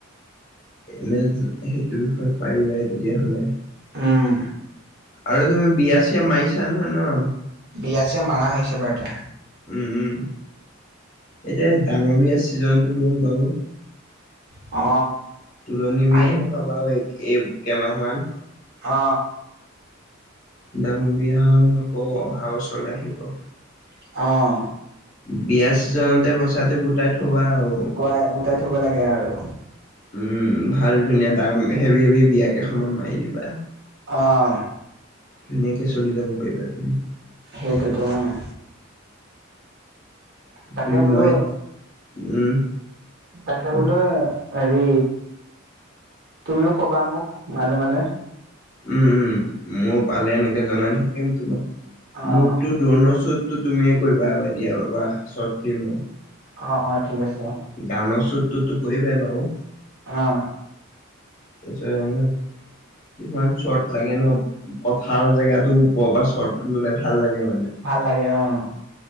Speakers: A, on the left; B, on the right.
A: এনে সেইটো বিষয়ে পাৰিবাই তেতিয়াহ'লে।
B: উম'
A: আৰু তুমি বিয়া চিয়া মাৰিছা নহয় ন?
B: বিয়া চিয়া মাৰা হৈছে বাৰু তে
A: উম উম এতিয়া ডাঙৰী বিয়া ছিজনটো গ'ল বাও
B: অ
A: তুলনি বিয়া
B: আহি
A: হে পাবা এই কে মাহ মান
B: অ
A: ডাঙৰ বিয়া আকৌ অহা বছৰলে আহিব
B: অ
A: বিয়া চিজনতে পইচাটো গোটাই থবা আও
B: গুৱাই গোটাই থব লাগে আৰু।
A: উম' ভাল ধুনীয়া ডাম হেভি, হেভি বিয়া কেইখন মান মাৰি দিবা।
B: অহ'
A: ধুনীয়াকে চলি যাব পাৰিবা তুমি।
B: সেইটো টো অহ'
A: বাকী
B: তাকে বোলো
A: মই, উম'
B: তাকে
A: কোৱা
B: বোলে হেৰি তুমিও কবা মোক মাজে মাজে।
A: উম' উম' মোৰ পালে এনেকে জনাই থাকিম তোমাক,
B: অ',
A: মোকতো ড্ৰোণৰ চোত টোত তুমিয়ে কৰিবা এতিয়া বাবা শৰ্ট ফিল্মৰ।
B: অ' অ' ঠিক আছে অহ'।
A: গানৰ শ্বুতটোতো কৰিবাই বাও,
B: অ'
A: তাৰপিছত এনেকুৱা কিছুমান শ্বট লাগে ন, পথাৰৰ জেগাটো ওপৰ বা শ্বটটো ল'লে ভাল লাগে মানে।
B: ভাল লাগে অ'।